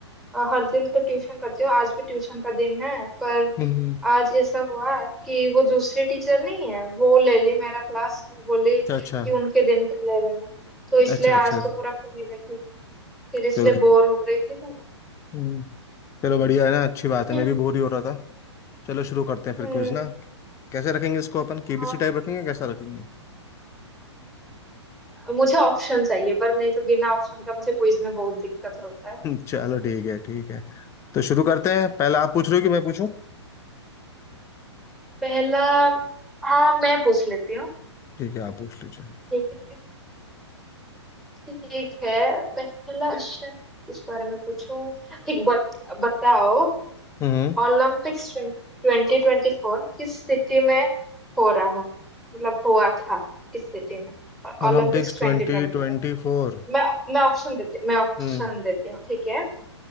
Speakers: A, in the centre; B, on the left.
A: अ, हर दिन तो ट्यूशन करती हूँ आज भी ट्यूशन का दिन है पर
B: हम्म
A: आज ऐसा हुआ कि वो दूसरी टीचर नहीं है वो ले ली मेरा क्लास वो बोली
B: अच्छा अच्छा
A: कि उनके दिन पे ले लेना तो इसलिए
B: अच्छा
A: आज
B: अच्छा
A: तो पूरा फ्री बैठी हूँ फिर इसलिए
B: चलो
A: बोर हो रही थी मैं।
B: हम्म, चलो बढ़िया है ना अच्छी बात
A: ठीक
B: है मैं भी बोर ही हो रहा था चलो शुरू करते हैं फिर
A: हम्म
B: क्विज ना कैसे रखेंगे इसको अपन केबीसी
A: हाँ
B: टाइप रखेंगे कैसा रखेंगे
A: मुझे ऑप्शन चाहिए पर नहीं तो बिना ऑप्शन का मुझे क्विज में बहुत दिक्कत होता है
B: हम्म, चलो ठीक है ठीक है तो शुरू करते हैं पहले आप पूछ रहे हो कि मैं पूछूं
A: पहला हाँ मैं पूछ लेती हूँ
B: ठीक है आप पूछ लीजिए
A: ठीक है ठीक है पहला क्वेश्चन किस बारे में पूछूं ठीक बत, बताओ
B: हम्म
A: ओलंपिक्स ट्वेंटी ट्वेंटी फोर किस सिटी में हो रहा है मतलब हुआ था किस सिटी में और
B: Olympics
A: ओलंपिक्स ट्वेंटी
B: twenty
A: ट्वेंटी
B: twenty
A: फोर
B: four
A: मैं मैं ऑप्शन देती मैं ऑप्शन
B: हम्म
A: देती हूँ ठीक है